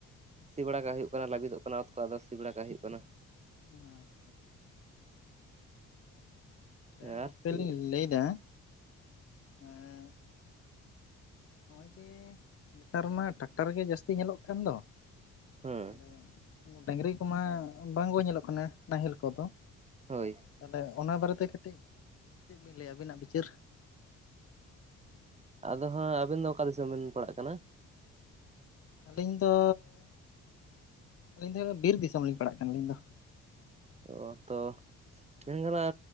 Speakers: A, on the right; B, on the left.
A: ᱥᱤ ᱵᱟᱲᱟ ᱠᱟᱜ ᱦᱩᱭᱩᱜ ᱠᱟᱱᱟ ᱞᱟᱵᱤᱫᱚᱜ ᱠᱟᱱᱟ ᱚᱛ ᱠᱚ ᱟᱫᱚ ᱥᱤ ᱵᱟᱲᱟ ᱠᱟᱜ ᱦᱩᱭᱩᱜ ᱠᱟᱱᱟ ᱾
B: ᱦᱮᱸ ᱟᱪᱪᱷᱟ, ᱛᱮ
A: ᱟᱨ
B: ᱜᱚᱢᱠᱮ
A: ᱪᱮᱫ
B: ᱞᱤᱧ ᱞᱟᱹᱭ ᱫᱟ, ᱮᱸᱼᱼ ᱱᱚᱜ-ᱚᱭ ᱡᱮ ᱱᱮᱛᱟᱨ ᱢᱟ ᱴᱟᱠᱴᱟᱨ ᱜᱮ ᱡᱟᱹᱥᱛᱤ ᱧᱮᱞᱚᱜ ᱠᱟᱱ ᱫᱚ᱾
A: ᱦᱮᱸ
B: ᱛᱟᱦᱚᱞᱮ ᱰᱟᱹᱝᱨᱤ ᱠᱚᱢᱟ ᱵᱟᱝ ᱠᱚ ᱧᱮᱞᱚᱜ ᱠᱟᱱᱟ ᱱᱟᱦᱮᱞ ᱠᱚ ᱫᱚ᱾
A: ᱦᱳᱭ,
B: ᱛᱟᱦᱞᱮ ᱚᱱᱟ ᱵᱟᱨᱮ ᱛᱮ ᱠᱟᱹᱴᱤᱡ ᱪᱮᱜ ᱵᱤᱱ ᱞᱟᱹᱭᱟ ᱟᱹᱵᱤᱱᱟᱜ ᱵᱤᱪᱟᱹᱨ?
A: ᱟᱫᱚ ᱦᱟᱸᱜ ᱟᱵᱤᱱ ᱫᱚ ᱚᱠᱟ ᱫᱤᱥᱚᱢ ᱵᱮᱱ ᱯᱟᱲᱟᱜ ᱠᱟᱱᱟ?
B: ᱟᱹᱞᱤᱧ ᱫᱚ ᱟᱹᱞᱤᱧ ᱫᱚ ᱵᱤᱨ ᱫᱤᱥᱚᱢ ᱞᱤᱧ ᱯᱟᱲᱟᱜ ᱠᱟᱱᱟ ᱟᱹᱞᱤᱧ ᱫᱚ ᱾
A: ᱚᱸ ᱛᱚ, ᱢᱮᱱ ᱜᱟᱱᱚᱜ-ᱟ